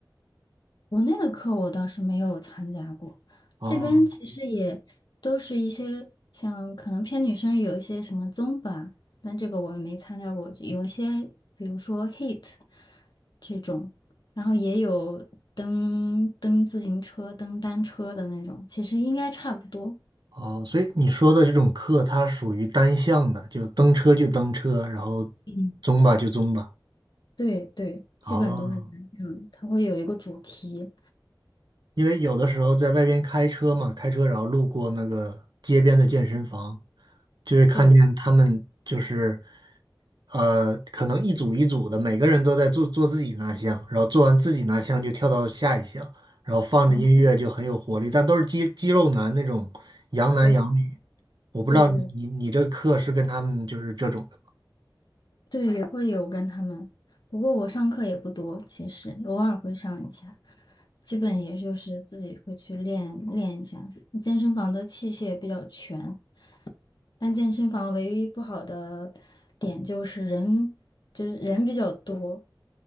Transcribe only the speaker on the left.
国内的课我倒是没有参加过，
这边其实也都是一些像可能偏女生也有一些什么综吧，但这个我也没参加过，有一些比如说 h i I t 这种，然后也有蹬蹬自行车、蹬单车的那种，其实应该差不多。
嗯，
对对，基本都是这样，
它会有一个主题。
对，
嗯，
对
对对对，也会有跟他们，不过我上课也不多，其实偶尔会上一下，基本也就是自己会去练练一下。健身房的器械比较全，但健身房唯一不好的点就是人，就是人比较多。